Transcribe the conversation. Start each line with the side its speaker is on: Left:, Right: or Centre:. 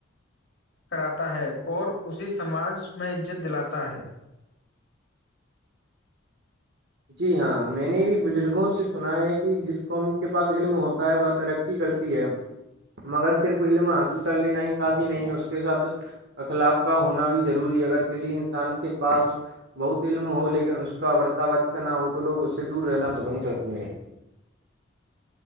Left: کراتا ہے اور اسے سماج میں عزت دلاتا ہے
Right: جی ہاں میں نے بھی بزرگوں سے سنا ہے کہ جس قوم کے پاس علم ہوتا ہے وہ ترقی کرتی ہے مگر صرف علم حاصل کر لینا ہی کافی نہیں ہے اس کے ساتھ اخلاق کا ہونا بھی ضروری ہے اگر کسی انسان کے پاس بہت علم ہو لیکن اس کا بتاوا نہ ہو تو لوگ اس سے دور رہنا پسند کرتے ہیں